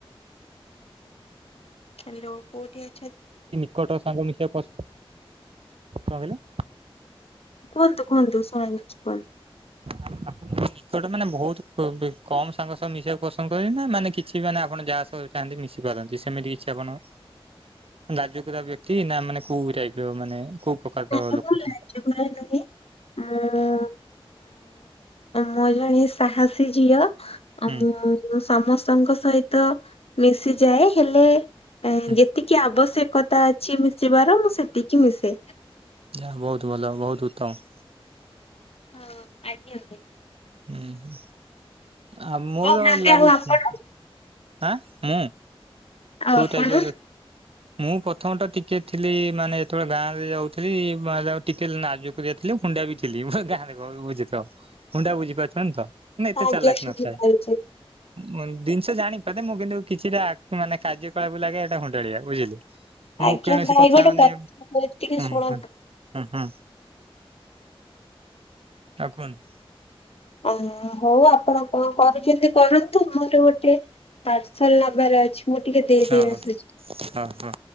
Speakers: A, on the left; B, on the right.
A: ହ୍ୟାଲୋ କୋଉଠି ଅ
B: ନିକଟ ସାଙ୍ଗ ମିଶ ପ କଣ କହିଲେ
A: କୁହନ୍ତୁ କୁହନ୍ତୁ ଶୁଣା ଯାଉଚି କୁହନ୍ତୁ।
B: <inaudible> ଗୋଟେ ମାନେ ବହୁତ କମ ସାଙ୍ଗସହ ମିଶିବାକୁ ପସନ୍ଦ କରିବେ ନା ମାନେ କିଛି ମାନେ ଆପଣ ଯାହା ସହ ଚାହାନ୍ତି ମିଶି ପାରନ୍ତି ସେମିତି କିଛି ଆପଣ ଲାଜକୁରା ବ୍ୟକ୍ତି ନା ମାନେ କୋଉ ଟାଇପ ର ମାନେ କୋଉ ପ୍ରକାରର
A: ନାଇଁ
B: ଲୋକ ତମେ।
A: <inaudible> ମୋ ଜଣେ ସାହସୀ ଝିଅ ଆଉ
B: ହୁଁ
A: ମୁଁ ମୁଁ ସମସ୍ତଙ୍କ ସହିତ ମିଶିଯାଏ ହେଲେ
B: ହୁଁ
A: ଯେ ତିକି ଆବଶ୍ୟକତା ଅଛି ମିଶିବାର ମୁଁ ସେତିକି ମିଶେ।
B: ଯାହା ହୋଉ ବହୁତ ଭଲ ବହୁତ ଉତ୍ତମ।
A: ହଁ ଆଜ୍ଞା।
B: ହୁଁ ଆ ମୋର
A: କହୁନାହାନ୍ତି
B: ଲାଗୁଥିବ
A: ଆଉ ଆପଣ
B: ଆଃ ମୁଁ
A: ଆଉ
B: କୋଉ
A: ଆପଣ?
B: ଟାଇପର ବେ ମୁଁ ପ୍ରଥମତଃ ଟିକେ ଥିଲି ମାନେ ଯେତେବେଳେ ଗାଁରେ ଯାଉଥିଲି ଟିକେ ଲାଜକୁ କୁରା ବି ଥିଲି ହୁଣ୍ଡା ବି ଥିଲି ମାନେ ଗାଁରେ କହିଲି ବୁଝୁଥ ହୁଣ୍ଡା ବୁଝିପାରୁଛନ୍ତି ତ। ମାନେ ଏତେ
A: ଆଜ୍ଞା
B: ଚାଲାକ
A: ଶୁଣିପାରୁଛି
B: ନଥାଏ ମାନେ ଜିନିଷ ଜାଣିପାରେ ମୁଁ କିନ୍ତୁ କିଛିଟା ଆଃ ମାନେ କାର୍ଯ୍ୟ କଳାପରୁ ଲାଗେ ଏଇଟା ହୁଣ୍ଡାଳିଆ ବୁଝିଲେ। ମୁଁ
A: ଆଜ୍ଞା
B: କିଣସି
A: ଭାଇ
B: କଥା
A: ଗୋଟେ
B: ମାନେ
A: କଥା
B: ହଁ
A: ଟିକେ
B: ହଁ।
A: ଶୁଣନ୍ତୁ।
B: ହୁଁ ହୁଁ ଆଉ କୁହନ୍ତୁ।
A: ଉଁ ହଉ ଆପଣ କଣ କରୁଛନ୍ତି କରନ୍ତୁ ମୋର ଗୋଟ ଟେ ପାର୍ସଲ ନବାର ଅଛି ମୁଁ ଟିକେ ଦେଇଦେଇ
B: ହଁ ହଁ
A: ଆସୁଛି।
B: ହଁ ହଁ।